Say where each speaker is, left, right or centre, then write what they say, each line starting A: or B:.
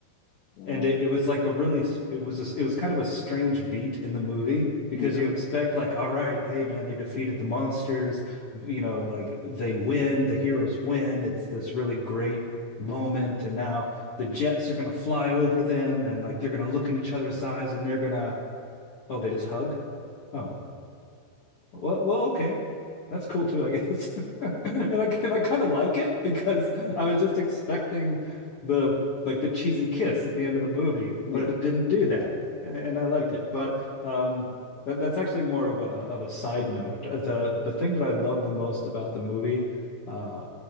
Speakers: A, on the left; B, on the left.
A: Well,
B: and it, it was like a really it was a, it was kind of a strange beat in the movie because
A: yeah,
B: you expect like all right hey man they defeated the monsters you know like they win the heroes win it's this really great moment and now the jets are going to fly over them and like they're going to look in each other's eyes and they're going to oh they just hug oh well, well, okay. That's cool too, I guess. <laughs> And I and I kind of like it because I was just expecting the like the cheesy kiss at the end of the movie,
A: yeah,
B: but it didn't do that, and I liked it. But um, that, that's actually more of a of a side note. The the thing that I love the most about the movie uh,